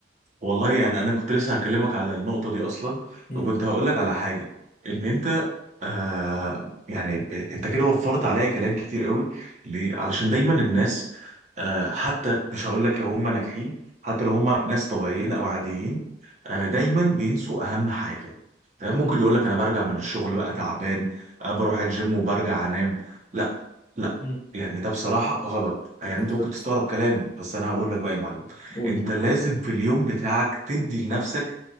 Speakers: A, on the right (about 40°); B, on the left (about 50°).
A: والله يعني انا كنت لسه هكلمك على النقطه دي اصلا
B: مم.
A: وكنت هقول لك على حاجه ان انت آه يعني ب... انت كده وفرت عليا كلام كتير قوي ليه علشان دايما الناس آه حتى مش هقول لك لو هم ناجحين حتى لو هم ناس طبيعيين او عاديين آه دايما
B: مم.
A: بينسوا اهم حاجه تمام ممكن
B: مم.
A: يقول لك انا برجع من الشغل بقى تعبان آه بروح الجيم وبرجع انام لا لا
B: مم.
A: يعني ده بصراحه غلط يعني
B: بالظبط
A: انت ممكن تستغرب كلامي بس انا هقول لك بقى يا معلم
B: قول
A: انت لازم في اليوم بتاعك تدي لنفسك